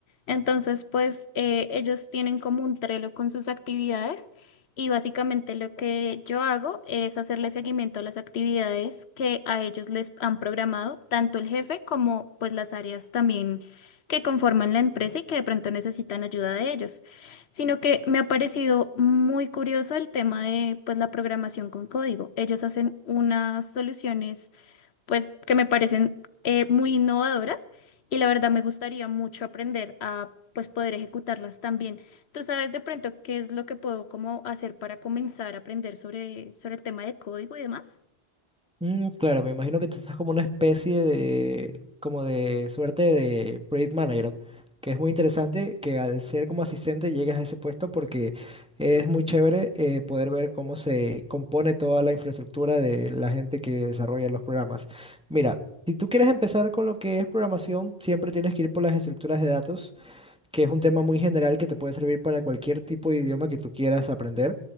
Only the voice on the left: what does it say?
Entonces, pues eh, ellos tienen como un Trello con sus actividades y básicamente lo que yo hago es hacerle seguimiento a las actividades que a ellos les han programado, tanto el jefe como pues las áreas también que conforman la empresa y que de pronto necesitan ayuda de ellos sino que me ha parecido muy curioso el tema de pues la programación con código. Ellos hacen unas soluciones pues que me parecen eh, muy innovadoras y la verdad me gustaría mucho aprender a pues poder ejecutarlas también. ¿Tú sabes de pronto qué es lo que puedo como hacer para comenzar a aprender sobre, sobre el tema de código y demás?